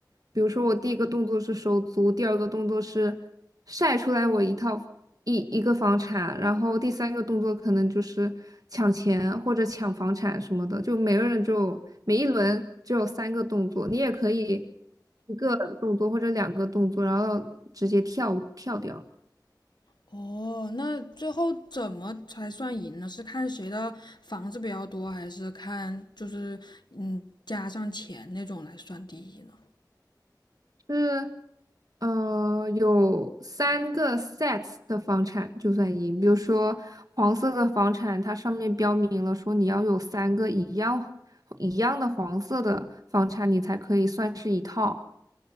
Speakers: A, on the right; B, on the left.
A: 比如说我第一个动作是收租，第二个动作是晒出来我一套一一个房产，然后第三个动作可能就是抢钱或者抢房产什么的，就每个人就每一轮只有三个动作，你也可以一个动作或者两个动作，然后直接跳跳掉。
B: 哦，那最后怎么才算赢呢？是看谁的房子比较多，还是看就是嗯加上钱那种来算第一呢？
A: 是呃有三个 sets 的房产就算赢，比如说黄色的房产，它上面标明了说你要有三个一样一样的黄色的房产，你才可以算是一套，